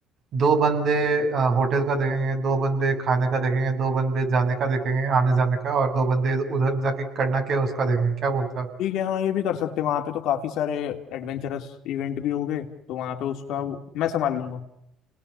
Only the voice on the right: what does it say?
दो बंदे अ, होटल का देखेंगे दो बंदे खाने का देखेंगे दो बंदे जाने का देखेंगे आने जाने का और दो बंदे इधर- उधर जाके करना के उसका देखेंगे क्या बोलता है